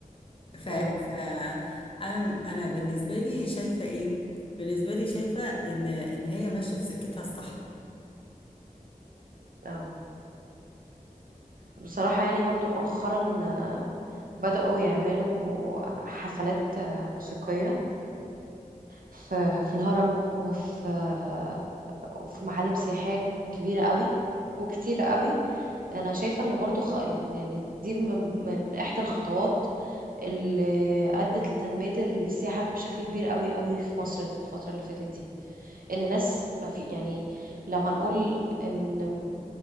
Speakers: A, on the left; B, on the right.
A: ف
B: مم.
A: ف انا انا بالنسبه لي شايفه ايه بالنسبه لي شايفه ان ان هي ماشيه في سكتها الصح
B: اه بصراحة يعني برضو مؤخرا آه، بدأوا يعملوا حفلات آه، موسيقية في في الهرم وفي آه، وفي معالم سياحية كبيرة قوي وكتيرة قوي انا شايفة ان برضو خ... يعني دي من... من احدى الخطوات اللي ادت لتنمية السياحة بشكل كبير قوي قوي في مصر الفترة اللي فاتت دي ان ناس ما في يعني لو هنقول ان